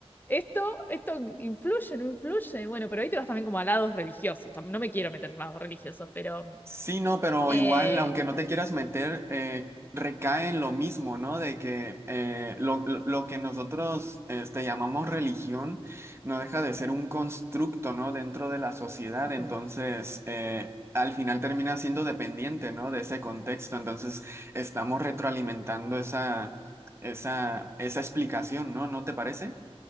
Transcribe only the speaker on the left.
esto, esto influye, no influye. Bueno, pero ahí te vas también como a lados religiosos. Tam- No me quiero meter en lados religiosos, pero...
eh,
es
un-